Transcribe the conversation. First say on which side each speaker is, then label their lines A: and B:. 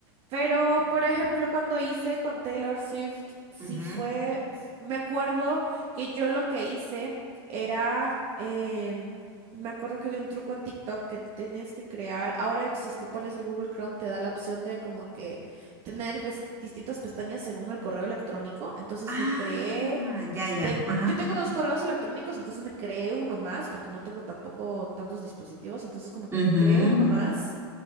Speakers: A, on the right; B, on the right.
A: Pero, por ejemplo, cuando hice con Taylor Swift, sí
B: Ujú.
A: fue, f- me acuerdo que yo lo que hice era, em, me acuerdo que vi un truco en TikTok que tienes que crear, ahora si es que pones el Google Chrome te da la opción de como que tener ves- distintas pestañas según el correo electrónico, entonces
B: Ah,
A: me creé
B: ya, ya,
A: ten-
B: ajá.
A: yo tengo dos correos electrónicos, entonces me creé uno más, porque no tengo tampoco tantos dispositivos, entonces como que
B: Ujú,
A: me creé uno más